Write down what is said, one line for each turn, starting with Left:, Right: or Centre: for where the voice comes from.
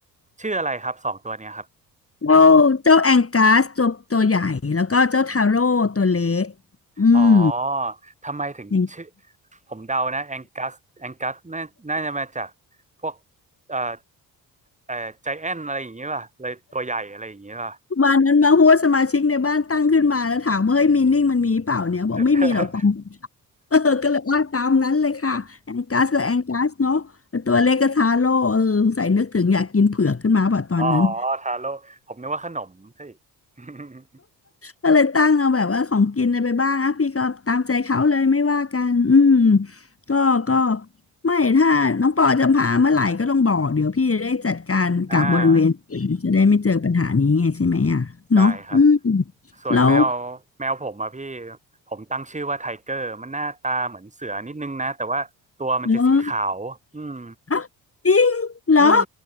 Right: ชื่ออะไรครับสองตัวเนี้ยครับ
Left: เจ้าเจ้าแองกัสตัวตัวใหญ่แล้วก็เจ้าทาโร่ตัวเล็กอืม
Right: อ๋อทำไมถึงชื่อ
Left: อย่าง
Right: ผมเดานะแองกัสแองกัสน่าน่าจะมาจากพวกเอ่อเอ่อใจแอนอะไรอย่างเงี้ยป่ะเลยตัวใหญ่อะไรอย่างเงี้ยป่ะ
Left: วันนั้นมาหัวสมาชิกในบ้านตั้งขึ้นมาแล้วถามว่าเฮ้ยมีนิ่งมันมีเปล่าเนี่ยบอกไม่มีหรอก
Right: <laughs>
Left: <laughs> ตามเออก็เลยว่าตามนั้นเลยค่ะแองกัสก็แองกัสเนาะตัวเล็กก็ทาโร่เออสงสัยนึกถึงอยากกินเผือกขึ้นมาป่ะตอนนั้น
Right: อ๋อทาโร่ผมนึกว่าขนมซะอีก <laughs>
Left: ก็เลยตั้งเอาแบบว่าของกินอะไรไปบ้างอ่ะพี่ก็ตามใจเขาเลยไม่ว่ากันอืมก็ก็ไม่ถ้าน้องปอจะพาเมื่อไหร่ก็ต้องบอกเดี๋ยวพี่จะได้จัดการกับบริเวณอื่นจะได้ไม่เจอปัญหานี้ไงใช่ไหมอ่ะเนาะอืม
Right: อ่าได้ครับส่วนแมว
Left: แล้ว
Right: แมวผมอะพี่ผมตั้งชื่อว่าไทเกอร์มันหน้าตาเหมือนเสือนิดนึงนะแต่ว่าตัวมันจะสีขาวอืม
Left: เนอะอ่ะจริงเหรอ
Right: อืม